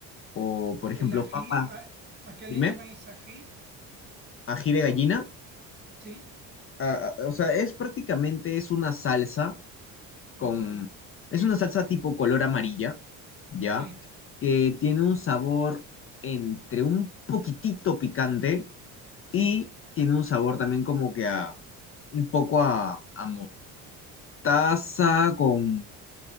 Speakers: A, on the left; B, on the right.
A: o por ejemplo,
B: El ají,
A: papa,
B: ¿a, a qué
A: dime,
B: le llamáis ají?
A: ají de gallina.
B: Sí,
A: Ah, ah, o sea, es prácticamente, es una salsa con,
B: ujú.
A: es una salsa tipo color amarilla, ¿ya?
B: Sí,
A: Que tiene un sabor entre un poquitito picante
B: sí,
A: y tiene un sabor también como que a, un poco a, a mostaza con